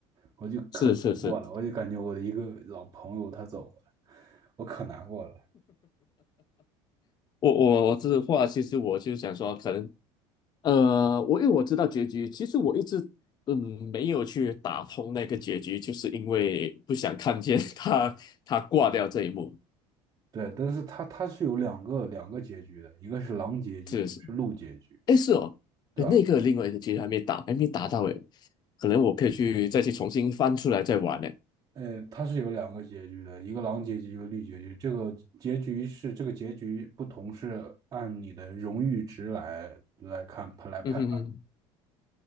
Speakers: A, on the right; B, on the left.
A: 我就可难过了，
B: 是是是，
A: 我就感觉我的一个老朋友他走了，我可难过了。
B: 我我我这话其实我就想说，可能呃，我因为我知道结局，其实我一直嗯没有去打通那个结局，就是因为不想看见 <laughs> 他他挂掉这一幕。
A: 对，但是它它是有两个两个结局的，一个是狼结局，
B: 是是，
A: 一个是鹿结局，
B: 哎是哦，
A: 对吧？
B: 哎那个另外一个结局还没打，还没打到哎，可能我可以去再去重新翻出来再玩呢。
A: 呃，它是有两个结局的，一个狼结局，一个绿结局。这个结局是这个结局不同，是按你的荣誉值来来看来判。
B: 嗯哼哼。